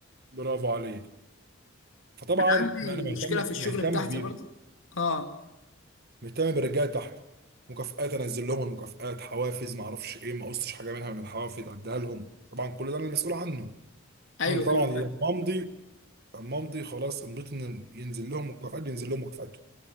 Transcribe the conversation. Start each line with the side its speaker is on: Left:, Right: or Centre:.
Right: برافو عليك فطبعا
Left: عندي
Right: ما انا
Left: مشكله
Right: مهتم
Left: في الشغل
Right: مهتم
Left: بتاعتي
Right: بيهم
Left: برضه اه
Right: مهتم بالرجاله تحت مكافآت انزل لهم المكافآت حوافز ما اعرفش ايه ما قصتش حاجه منها من الحوافز اديها لهم طبعا كل ده انا المسؤول عنه
Left: ايوه
Right: انا طبعا
Left: ايوه
Right: لما
Left: فاهم
Right: امضي اما امضي خلاص امضيت ان ينزل لهم مكافآت بينزل لهم مكافآتهم